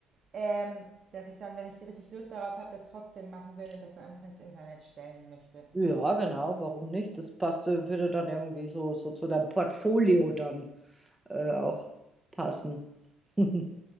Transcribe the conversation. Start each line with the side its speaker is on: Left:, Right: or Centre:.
Right: Ähm, dass ich dann, wenn ich richtig Lust darauf habe, das trotzdem machen will und das dann einfach ins Internet stellen möchte.
Centre: Ja, genau, warum nicht? Das passte, würde dann irgendwie so, so zu deinem Portfolio dann äh, auch passen. <laughs>